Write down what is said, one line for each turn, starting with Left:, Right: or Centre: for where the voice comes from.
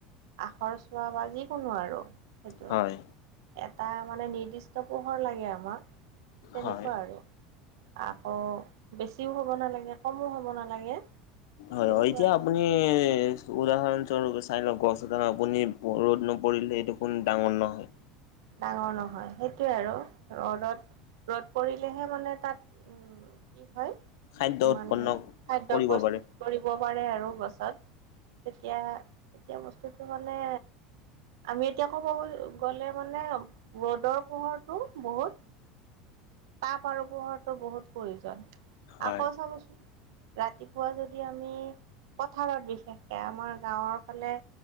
Right: আখৰ চোৱা বা যিকোনো আৰু। সেইটো,
Left: হয়
Right: এটা মানে নিৰ্দিষ্ট পোহৰ লাগে আমাক। তেনেকুৱা
Left: হয়।
Right: আৰু, আকৌ বেছিও হ'ব নালাগে, কমো হ'ব নালাগে। ঠিক
Left: হয়,
Right: তেনেকুৱা
Left: এতিয়া
Right: আৰু
Left: আপুনি ই উদাহৰণস্বৰূপে চাই লওঁ গছ এডাল আপুনি, ৰ'দ নপৰিলে দেখোন ডাঙৰ নহয়।
Right: ডাঙৰ নহয় সেইটোৱে আৰু, ৰ'দত ৰ'দ পৰিলেহে মানে তাত উ কি হয়,
Left: খাদ্য উৎপন্ন
Right: মানে খাদ্য
Left: কৰিব
Right: প্ৰস্তুত
Left: পাৰে।
Right: কৰিব পাৰে আৰু গছত, তেতিয়া, এতিয়া বস্তুটো মানে আমি এতিয়া ক'ব গ'লে মানে ৰদৰ পোহৰটো বহুত তাপ আৰু পোহটো বহুত প্ৰয়োজন,
Left: হয়।
Right: আকৌ চাবচোন ৰাতিপুৱা যদি আমি পথাৰত বিশেষকে, আমাৰ গাঁৱৰ ফালে